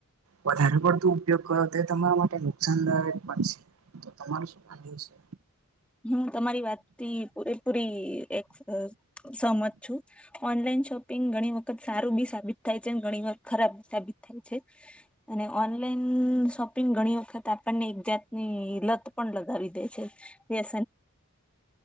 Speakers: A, on the right; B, in the centre.
A: વધારે પડતું ઉપયોગ કરો તો એ તમારા માટે નુકસાનદાયક પણ છે. તો તમારું શું ડ છે?
B: હું તમારી વાત થી પૂરેપૂરી એક સહમત છું. ઓનલાઈન શોપિંગ ઘણી વખત સારું બી સાબિત થાય છે અને ઘણી વખત ખરાબ સાબિત થાય છે. અને ઓનલાઈન શોપિંગ ઘણી વખત આપણને એક જાતની લત પણ લગાવી દે છે. વ,